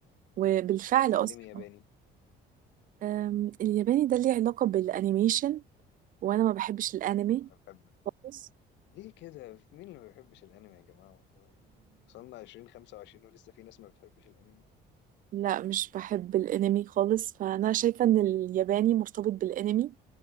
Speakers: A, on the right; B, on the left.
A: وبالفعل
B: طب هتتعلمي
A: اصلا
B: ياباني
A: آم، الياباني ده ليه علاقه بالانيميشن وانا ما بحبش الانمي
B: اه انا بحب
A: خالص
B: ليه كده مين اللي ما بيحبش الانمي يا جماعه والله يعني. وصلنا 20 25 ولسه في ناس ما بتحبش الانمي
A: لا مش بحب الانمي خالص فانا شايفه ان الياباني مرتبط بالانمي